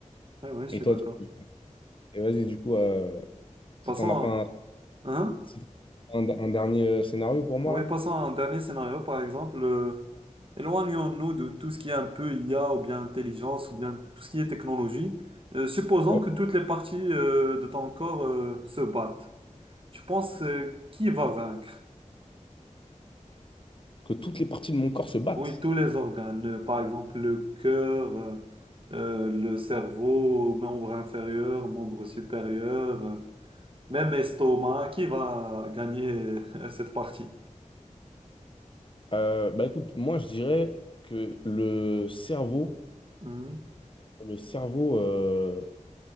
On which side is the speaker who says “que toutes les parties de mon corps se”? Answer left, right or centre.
Left